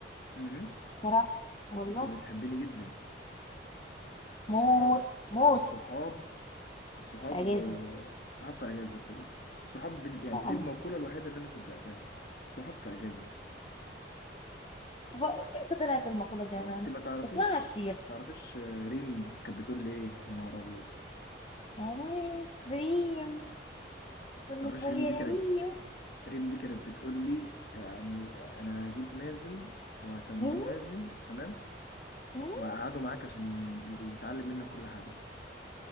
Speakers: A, on the left (about 55°); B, on the left (about 30°).
A: امم
B: صراحة والله
A: انت بتحبيني جدا الصحاب
B: موت موت
A: الصحاب الصحاب
B: اجازة
A: آه، الصحاب في اجازه في دي الصحاب بال- يعني
B: فعلا
A: دي المقوله الوحيده اللي انا صدقتها الصحاب في اجازه
B: هو امتى طلعت المقولة دي
A: انت
B: انا أنا
A: ما تعرفيش
B: بسمعها كتير
A: تعرفيش آه، ريم كانت بتقول لي ايه يا نهار ابيض
B: آه، ريم كل
A: ما تعرفيش
B: شوية
A: ريم دي كانت
B: ريم
A: ريم دي كانت بتقول لي يعني آه، انا هجيب مازن وهسميه
B: مم،
A: مازن تمام
B: مم.
A: وهقعده معاك عشان ي- يتعلم منك كل حاجه